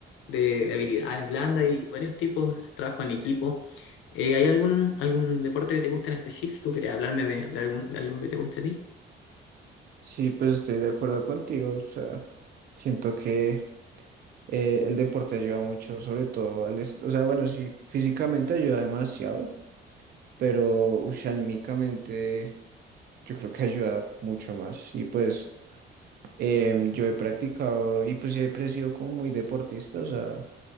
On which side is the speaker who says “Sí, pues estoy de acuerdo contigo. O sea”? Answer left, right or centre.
Right